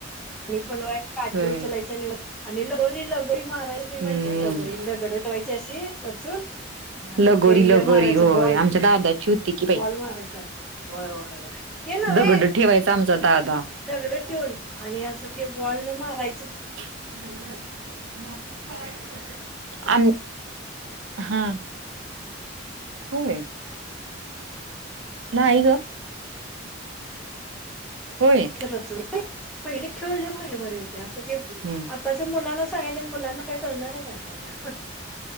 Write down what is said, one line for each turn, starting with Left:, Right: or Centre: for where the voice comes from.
Centre: मी पण होय काटी
Right: होय
Centre: उचलायच आणि वर, आणि लगोरी लगोरी माराय ते
Right: हम्म
Centre: माहितीय का लगोरी. दगड ठेवायची अशी रचून. आणि
Right: लगोरी
Centre: ते हे
Right: लगोरी
Centre: मारायच
Right: होय
Centre: बॉल,
Right: आमच्या दादाची होती की बाई
Centre: बॉल मारायचा. होय होय होय, ते नवे.
Right: दगड ठेवायचा आमचा दादा.
Centre: दगड ठेवून, आणि असं ते बॉल न मारायचं.
Right: <unintelligible> आणि आपण पळायचं. अंत. हा. होय. नाही ग. होय
Centre: <unintelligible> पहिले खेळ लई भारी भारी होते आता ते
Right: हम्म
Centre: आताच्या मुलांना सांगितले मुलांना काय कळणार आहे का आताच्या.